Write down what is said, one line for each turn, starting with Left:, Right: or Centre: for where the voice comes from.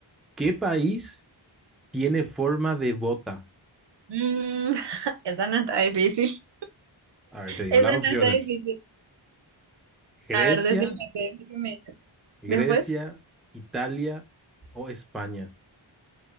Centre: ¿Qué país tiene forma de bota?
Right: Mm, <laughs> esa no está difícil. <laughs>
Centre: A ver, te digo
Right: Esa
Centre: las opciones.
Right: no está difícil.
Centre: Grecia,
Right: A ver, decime, ¿qué- qué
Centre: Grecia,
Right: Después.
Centre: Italia o España.